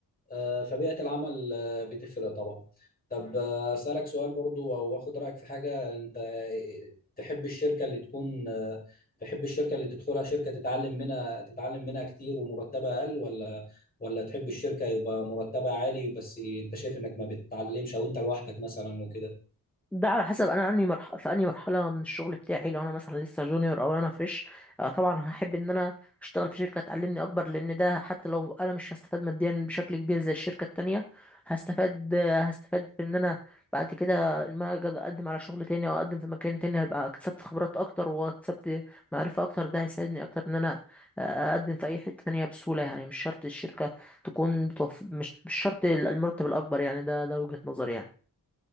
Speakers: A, on the left; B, in the centre.
A: آه، فبيئة العمل آه، بتفرق طبعا طب آه، أسألك سؤال برضو أو أخد رأيك في حاجة أنت آه، تحب الشركة اللي تكون آه، تحب الشركة اللي تدخلها شركة تتعلم منها تتعلم منها كتير ومرتبها أقل ولا ولا تحب الشركة يبقى مرتبها عالي بس أنت شايف إنك ما بتتعلمش أو أنت لوحدك مثلا وكده
B: ده على حسب انا اني مرحله في اني مرحله من الشغل بتاعي لو انا مثلا لسه جونيور او انا فريش آه، طبعا هحب ان انا اشتغل في شركه تعلمني اكبر لان ده حتى لو انا مش هستفاد ماديا بشكل كبير زي الشركه التانية هستفاد آه، هستفاد بان انا بعد كده لما اجي اقدم على شغل تاني او اقدم في مكان تاني هبقى اكتسبت خبرات اكتر واكتسبت معرفه اكتر ده هيساعدني اكتر ان انا آه، اقدم في اي حته تانية بسهوله يعني مش شرط الشركه تكون بتوف... مش مش شرط المرتب الاكبر يعني ده ده وجهه نظري يعني